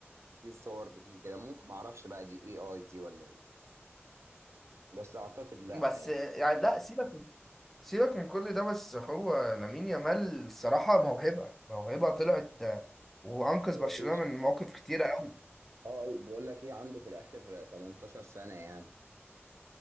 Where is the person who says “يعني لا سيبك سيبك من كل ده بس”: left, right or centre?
Centre